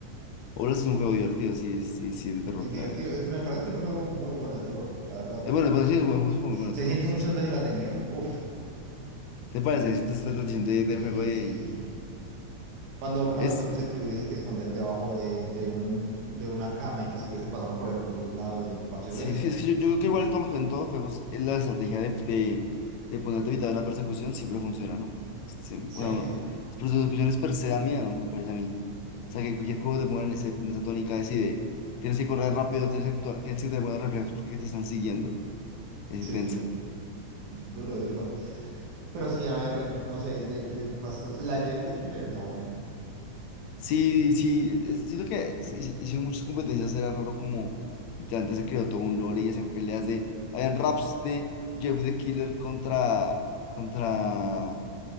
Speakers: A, on the left (about 75°); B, on the right (about 75°).
A: o es un juego divertido, sí, sí, sí, de terror,
B: en
A: claro.
B: divertido, me parece que es un juego muy bueno de terror, la verdad.
A: Eh, bueno, pues sí, es un juego muy
B: Se
A: bueno de terror,
B: siente
A: sí,
B: muchas
A: sí.
B: veces la tensión. Uf,
A: ¿Te parece? Si te está la de- del
B: sí,
A: juego de...
B: sí. Cuando, cuando
A: Es,
B: tú te tuvieses que esconder debajo de, de un, de una cama y que estuviese pasando por el lado del parcero
A: sí,
B: ese.
A: es que, es que yo, yo creo que igual
B: Sí, sí,
A: en todos los, jue- en todos los juegos eh, la estrategia de, de, de ponerte a evitar la persecución siempre funciona, ¿no? Sí,
B: sí,
A: bueno,
B: <laughs>
A: no, las persecuciones per se dan miedo, me parece a mí. O sea, que en cualquier juego te pongan en, ese- en esa tónica así de tienes que correr rápido, tienes que actuar, tienes que tener buenos reflejos porque te están siguiendo. Es
B: sí,
A: intenso.
B: sí. Duro, es duro. Pero sí, a ver, no sé, de creepypastas. La Jeff the Killer era buena.
A: Sí, sí, es- siento que se hice- hicieron muchas competencias, era raro como literalmente se creó todo un lore y hacían peleas de, habían raps de Jeff the Killer contra, contra